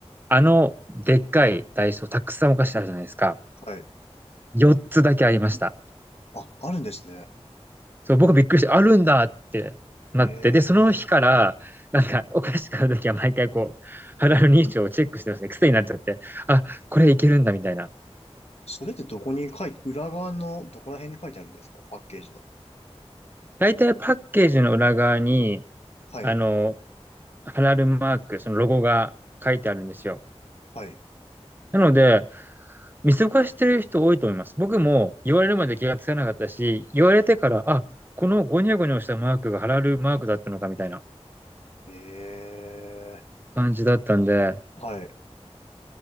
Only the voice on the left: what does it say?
はい。
あ、あるんですね。
へえ。
それってどこに書いて、裏側のどこら辺に書いてあるんですかパッケージの。
はい、
はい。
ええ、
はい。